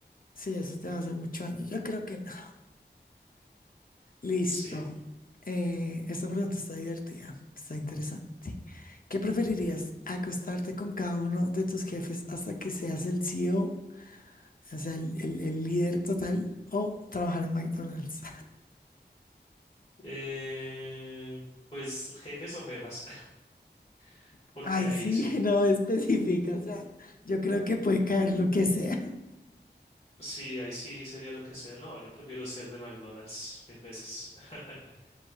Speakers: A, on the left; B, on the left.
A: Sí, eso te va a hacer mucho daño. Yo creo que no. Listo.
B: Sí.
A: Eh, esta pregunta está divertida, está interesante. ¿Qué preferirías? ¿Acostarte con cada uno de tus jefes hasta que seas el CEO, o o sea, el, el- el líder total, o trabajar en McDonald's?
B: Eh, pues jefes o jefas, <laughs>
A: <laughs>
B: porque
A: Ay,
B: ahí
A: sí,
B: sí,
A: no específica, o sea, yo creo que puede caer lo que sea. <laughs>
B: sí, ahí sí sería lo que sea. No, yo prefiero ser de McDonald's mil veces. <laughs>